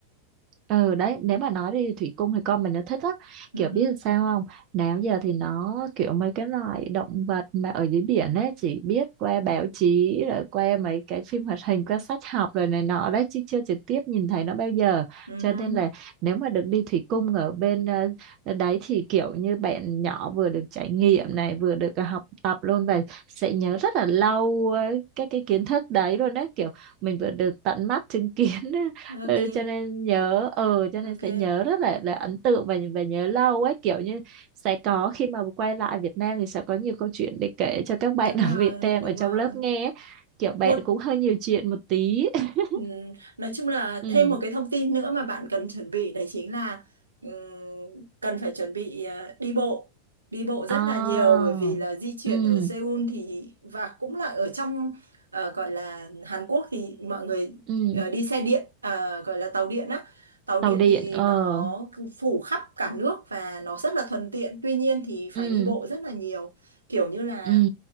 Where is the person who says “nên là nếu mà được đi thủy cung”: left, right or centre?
Right